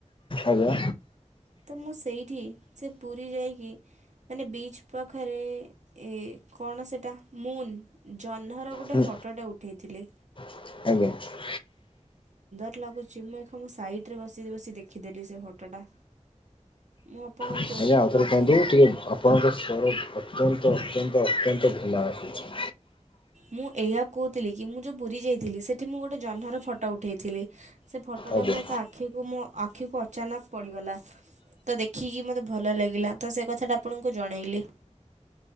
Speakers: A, on the left (about 45°); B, on the right (about 70°).
A: ଆଜ୍ଞା।
B: ତ ମୁଁ ସେଇଠି ସେ ପୁରୀ ଯାଇକି ମାନେ ବିଚ୍ ପାଖରେ ଏ କଣ ସେଇଟା ମୁଁନ୍ ଜହ୍ନର ଗୋଟେ
A: ହୁଁ
B: ଫଟୋଟେ ଉଠାଇଥିଲି
A: ଆଜ୍ଞା।
B: ଲଗୁଚି ମୁ ସାଇଟ୍ ରେ ବସିକି ଦେଖିଦେଲି ସେ ଫଟୋଟା ମୁଁ ଆପଣଙ୍କୁ
A: ଆଜ୍ଞା ଆଉଥର
B: ପଠେଇବା
A: କୁହନ୍ତୁ ଟିକେ ଆପଣଙ୍କ ସ୍ବର ଅତ୍ୟନ୍ତ ଅତ୍ୟନ୍ତ ଅତ୍ୟନ୍ତ ଧୀମା ଆସୁଛି।
B: ମୁଁ ଏହା କହୁଥିଲି କି ମୁଁ ଯୋଉ ପୁରୀ ଯାଇଥିଲି ସେଠି ମୁଁ ଗୋଟେ ଜହ୍ନର ଫଟୋ ଉଠେଇଥିଲି। ସେ ଫଟୋଟା
A: ଆଜ୍ଞା
B: ମୁଁ ଏକ ଆଖିକୁ ମୋ ଆଖିକୁ ଅଚାନକ ପଡ଼ିଗଲା। ତ ଦେଖିକି ମତେ ଭଲ ଲାଗିଲା ତ ସେ କଥା ଟା ଆପଣଙ୍କୁ ଜଣେଇଲି।